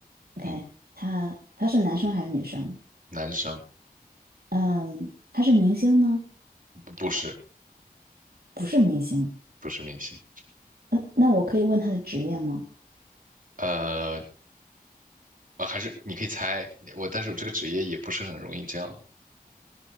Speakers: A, on the right; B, on the right.
A: ？OK，
B: 嗯，
A: 他他是男生还是女生？
B: 男生，
A: 嗯，他是明星吗？
B: 不不是
A: 不是明星。
B: 不是明星。
A: 嗯，那我可以问他的职业吗
B: 呃，呃，还是你可以猜我，但是我这个职业也不是很容易这样